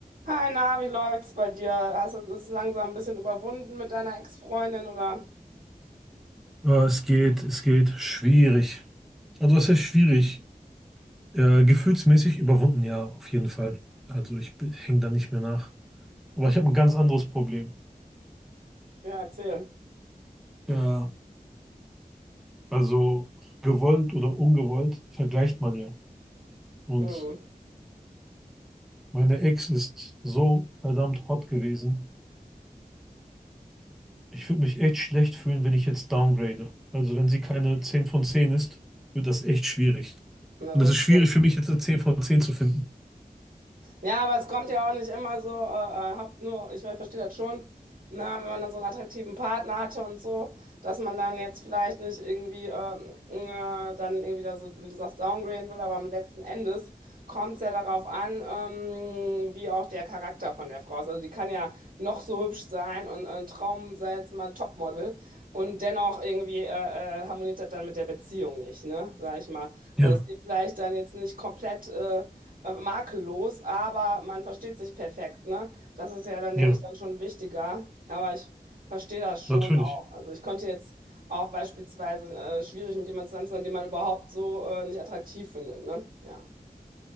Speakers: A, on the right; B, in the centre.
A: Hi, na, wie läuft's bei dir? Hast du es langsam ein bisschen überwunden mit deiner Ex-Freundin oder?
B: Ja, es geht, es geht schwierig. Also es ist schwierig. Äh, gefühlsmäßig überwunden, ja, auf jeden Fall. Also ich hänge da nicht mehr nach. Aber ich habe ein ganz anderes Problem.
A: Ja, erzähl.
B: Ja, also gewollt oder ungewollt vergleicht man ja. Und
A: Hm,
B: meine Ex ist so verdammt hot gewesen. Ich würde mich echt schlecht fühlen, wenn ich jetzt downgrade. Also wenn sie keine 10 von 10 ist, wird das echt schwierig.
A: na,
B: Und
A: das
B: es ist
A: stimmt.
B: schwierig für mich jetzt eine 10 von 10 zu finden.
A: Ja, aber es kommt ja auch nicht immer so, äh, äh, haupt nur, ich, mein, ich verstehe das schon, ne, wenn man dann so einen attraktiven Partner hatte und so, dass man dann jetzt vielleicht nicht irgendwie ähm, äh, dann irgendwie da so, wie du sagst, downgraden will, aber am letzten Endes kommt es ja darauf an, ähm, wie auch der Charakter von der Frau ist. Also die kann ja noch so hübsch sein und ein Traum sei jetzt mal ein Topmodel und dennoch irgendwie äh, äh, harmoniert das dann mit der Beziehung nicht, ne, sag ich mal.
B: Ja,
A: Dass sie vielleicht dann jetzt nicht komplett... Äh, äh, makellos, aber man versteht sich perfekt, ne? Das ist ja dann,
B: ja,
A: denke ich, dann schon wichtiger. Aber ich verstehe das schon
B: natürlich.
A: auch. Also ich konnte jetzt auch beispielsweise äh, schwierig mit jemandem zusammen sein, den man überhaupt so äh, nicht attraktiv findet, ne? Ja.